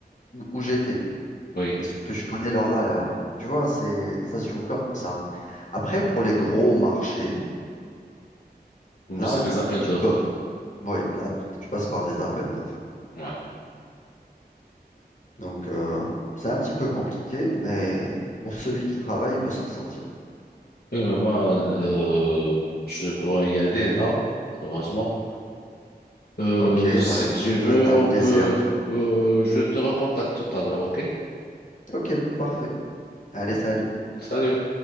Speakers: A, on the left; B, on the left.
A: où où j'étais.
B: oui.
A: parce que je connais leurs valeurs. Tu vois, c'est, ça se joue comme ça. Après, pour les gros marchés,
B: Mais
A: là,
B: C'est des appels
A: tu
B: d'offres.
A: peux, ouais, là, tu tu passes par des appels d'offres.
B: Ouais.
A: Donc, euh, c'est un petit peu compliqué, mais pour celui qui travaille, il peut s'en sortir.
B: Oui, mais moi, euh, je dois y aller là, heureusement. Euh,
A: Ok,
B: si
A: bah écoute,
B: tu veux,
A: c'est un
B: on
A: plaisir.
B: peut. euh, je te recontacte tout à l'heure, ok?
A: Ok, parfait. Allez, salut.
B: Salut.